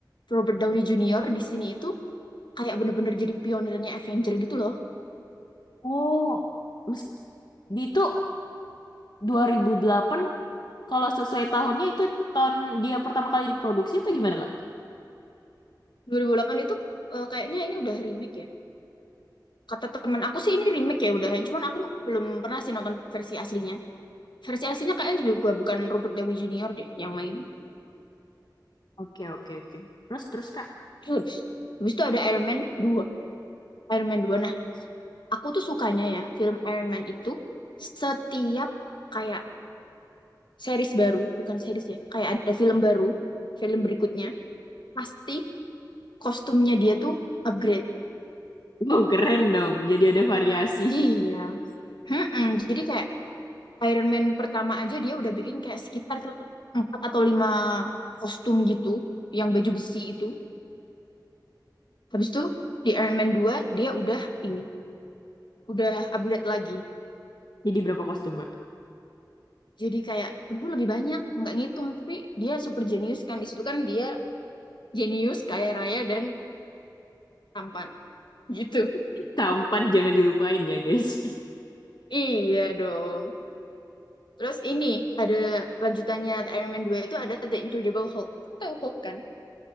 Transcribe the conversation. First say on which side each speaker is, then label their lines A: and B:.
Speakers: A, on the left; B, on the left.
A: Robert Downey Jr. di sini itu kayak bener-bener jadi pionirnya Avenger gitu loh.
B: Oh, mes- di itu 2008 kalau sesuai tahunnya itu tahun dia pertama kali diproduksi atau gimana, Kak?
A: Dua ribu delapan itu eh, kayaknya ini udah remake ya. Kata teman aku sih ini remake ya udahan, cuman aku belum pernah sih nonton versi aslinya. Versi aslinya kayaknya juga bukan Robert Downey Jr. deh yang main.
B: Oke, oke, oke. Terus terus, Kak.
A: Terus, habis itu ada Iron Man dua Iron Man dua Nah, aku tuh sukanya ya film Iron Man itu setiap kayak series baru, bukan series ya, kayak ada film baru, film berikutnya, pasti kostumnya dia tuh upgrade.
B: Wow, keren dong. Jadi ada variasi.
A: Iya. Mm-mm. Jadi kayak Iron Man pertama aja dia udah bikin kayak sekitar 4 atau 5 kostum gitu, yang baju besi itu. Habis itu di Iron Man dua dia udah ini, udah upgrade lagi.
B: <laughs> Jadi berapa kostum, Kak?
A: jadi kayak dulu lebih banyak nggak ngitung tapi dia super jenius kan di situ kan dia jenius kaya raya dan tampan gitu
B: Tampan jangan dilupain ya, guys. <laughs>
A: <laughs> iya dong terus ini ada lanjutannya The Iron Man dua itu ada The Incredible Hulk Kamu tahu Hulk kan